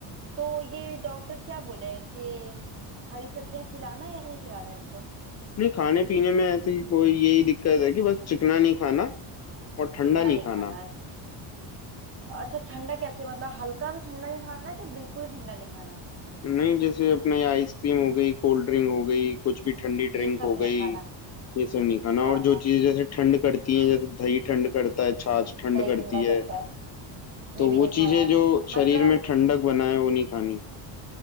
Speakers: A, on the right; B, on the left.
A: तो ये डॉक्टर क्या बोले हैं कि हरी सब्जियां खिलाना है या नहीं खिलाना है इनको
B: नहीं खाने पीने में ऐसी कोई यही दिक्कत है कि बस चिकना नहीं खाना और ठंडा
A: चिकना
B: नहीं
A: नहीं
B: खाना
A: खाना है अच्छा ठंडा कैसे मतलब हल्का भी ठंडा नहीं खाना कि बिल्कुल ही ठंडा नहीं खाना
B: नहीं जैसे अपने ये आइसक्रीम हो गई कोल्ड ड्रिंक हो गई कुछ भी ठंडी
A: ये
B: ड्रिंक
A: सब
B: हो
A: नहीं
B: गई
A: खाना
B: ये सब नहीं खाना
A: हाँ
B: और जो
A: हाँ
B: चीज़ जैसे ठंड करती हैं जैसे दही ठंड करता है छाछ ठंड
A: दही
B: करती
A: ठंडा
B: है
A: करता है
B: तो
A: ये भी
B: वो
A: नहीं
B: चीज़ें
A: खाना है
B: जो
A: मतलब
B: शरीर में ठंडक बनाए वो नहीं खानी